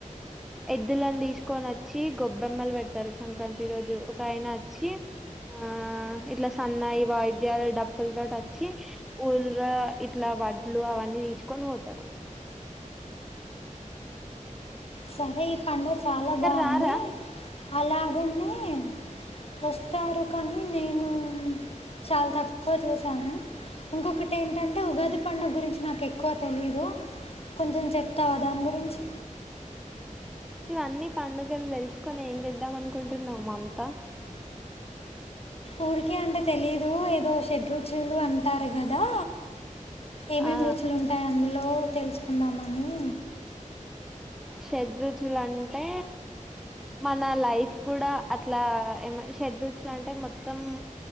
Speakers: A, in the centre; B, on the left.
A: ఎద్దులను తీసుకొని అచ్చి గొబ్బెమ్మలు పెడతరు సంక్రాంతి రోజు. ఒక ఆయన అచ్చి ఆ ఇట్లా సన్నాయి వాయిద్యాలు డప్ ప్పుల తోటి వచ్చి ఊర్ల ఇట్లా వడ్లు అవన్నీ తీసుకొని పోతరు.
B: స ఈ పండుగ చాలా బాగుంది
A: రారా
B: అలాగనే వస్తారు కానీ నేను చాలా తక్కువ చూశాను. ఇంకొకటి ఏంటంటే ఉగాది పండుగ గురించి నాకు ఎక్కువ తెలీదు, కొంచెం చెప్తావా దాని గురించి.
A: ఇవన్నీ పండుగలు తెలుసుకొని ఏం చేద్దాం అనుకుంటున్నావు మమతా.
B: ఊరికే అంటే తెలీదు ఏదో షె రుచులు అంటారు గదా, ఏమేమి
A: ఆ
B: రుచులు ఉంటాయి అందులో తెలుసుకుందామని.
A: షడ్ రుచులు అంటే మన లైఫ్ కూడా అట్లా ఏమ షడ్ రుచులు అంటే మొత్తం